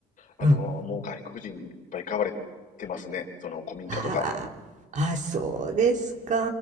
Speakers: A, on the left; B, on the right.
A: あのーもう外国人にいっぱい買われてますね。
B: うん。
A: その古民家とか。
B: ああ、あ、そうですか。